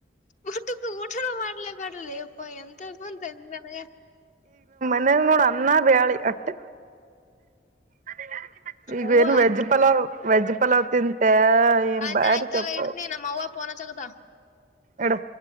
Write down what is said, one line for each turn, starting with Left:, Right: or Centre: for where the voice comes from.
Left: ಊಟುಕ ಊಠಣ ಮಾಡಾರಲ ಬ <unintelligible> ಇ ಎಂತ ಇಪ್ಪ ತಳಗೆ
Right: ಇನ್ನೆೋಡ ಅನ್ನಾ ಬ್ಯಾಳೆ ಅಟ್ಟ ಅಟೆಯ ಈಗ
Left: ಅವ್ವ
Right: ಏನು ವೆಜ್ ಪಲಾವ್ ವೆಜ್ ಪಲಾವ್ ತಿಿಂದ ನು
Left: ಆಯ್ತ
Right: ಬಾರತೊಪ್ಪ
Left: ಆಯ್ತ ತಗ ಇಡ್ತನಿ ನಮ್ಮವ್ವ ಫೋನ್ ಅಚ್ಚ ಕತ್ತಳ
Right: ಇಡು